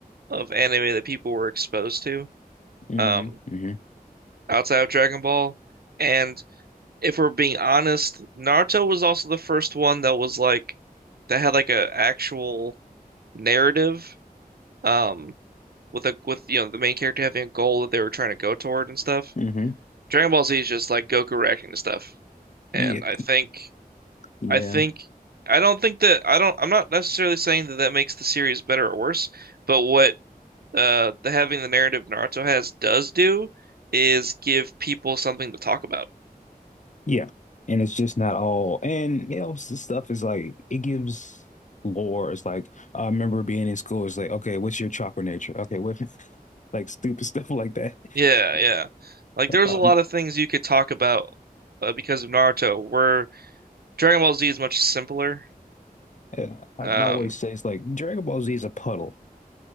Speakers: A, on the right; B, on the left.
A: of anime that people were exposed to
B: hmm
A: um,
B: hmm
A: outside of Dragon Ball. And if we're being honest, Naruto was also the first one that was like that had like a actual narrative um, with a with you know the main character having a goal that they were trying to go toward and stuff.
B: hmm
A: Dragon Ball Z is just like Goku reacting to stuff,
B: Yeah.
A: and I think
B: Yeah.
A: I think I don't think that I don't I'm not necessarily saying that that makes the series better or worse, but what uh the having the narrative Naruto has does do is give people something to talk about.
B: Yeah. And it's just not all. And, you know, s- stuff is like, it gives lore. It's like, I remember being in school. It's like, okay, what's your chakra nature? Okay, what, <laughs> like stupid stuff like that.
A: Yeah,
B: <laughs>
A: yeah. Like there's
B: Um,
A: a lot of things you could talk about uh, because of Naruto, where Dragon Ball Z is much simpler.
B: yeah, I
A: Um,
B: always say it's like Dragon Ball Z is a puddle.